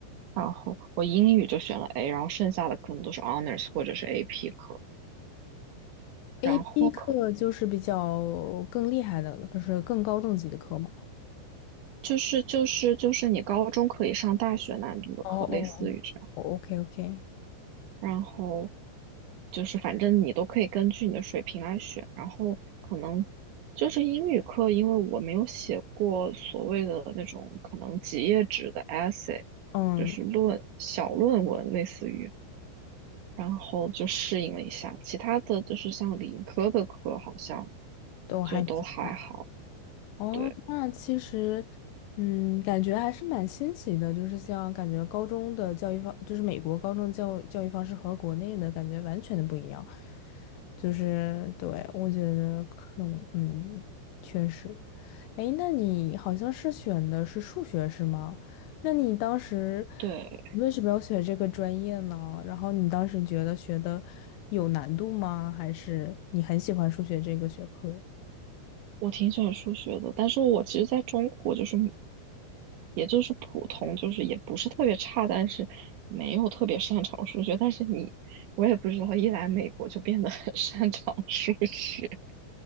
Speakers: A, on the right; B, on the left.
A: 然后我英语就选了 A，然后剩下的可能都是 Honors 或者是 AP 课。然后可
B: AP 课就是比较更厉害的了就是更高等级的课嘛。
A: 就是就是就是你高中可以上大学难度的课，
B: 哦哦哦，OK
A: 类似于这样。
B: OK，
A: 然后就是反正你都可以根据你的水平来选。然后可能就是英语课，因为我没有写过所谓的那种可能几页纸的 essay，
B: 嗯，
A: 就是论小论文类似于，然后就适应了一下。其他的就是像理科的课，好像
B: 都还挺好。
A: 就都还好。
B: 哦，
A: 对
B: 那其实，嗯，感觉还是蛮新奇的，就是像感觉高中的教育方，就是美国高中教教育方式和国内的感觉完全的不一样。就是对，我觉得可能，嗯，确实。哎，那你好像是选的是数学是吗？那你当时
A: 对，
B: 为什么要学这个专业呢？然后你当时觉得学的有难度吗？还是你很喜欢数学这个学科？
A: 我挺喜欢数学的，但是我其实在中国就是也就是普通，就是也不是特别差，但是没有特别擅长数学。但是你，我也不知道，一来美国就变得很 <laughs> 擅长数学，